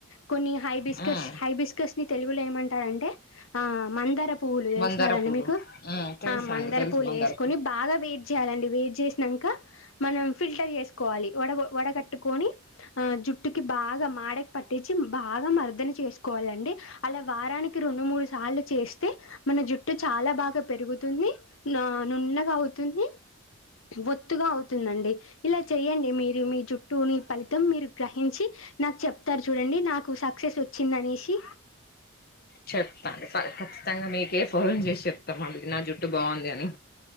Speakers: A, on the left; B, on the left.
A: కొన్ని హైబిస్కస్
B: ఉమ్
A: హైబిస్కస్ ని తెలుగులో ఏమంటారంటే ఆ మందర పూలు తెలుసు
B: మందార
A: కదండి
B: పూలు
A: మీకు
B: మ్మ్ తెలుసు
A: ఆ మందార
B: అండి తెలుసు
A: పూలు
B: మందార
A: ఏసుకొని బాగా వేడి చేయాలండి వేడి చేసినంక మనం ఫిల్టర్ చేసుకోవాలి వడ వడగట్టుకొని ఆ జుట్టుకి బాగా మాడకి పట్టించి బాగా మర్దన చేసుకోవాలండి. అలా వారానికి రెండు మూడు సార్లు చేస్తే మన జుట్టు చాలా బాగా పెరుగుతుంది. ఆ నున్నగా అవుతుంది ఒత్తుగా అవుతుందండి ఇలా చేయండి మీరు జుట్టు నీ ఫలితం మీరు గ్రహించి నాకు చెప్తారు చూడండి నాకు సక్సెస్ వచ్చింది అనేసి
B: చెప్తా ప ఖచ్చితంగా మీకే ఫోన్ చేసి చెప్తానండి నా జుట్టు బాగుంది అని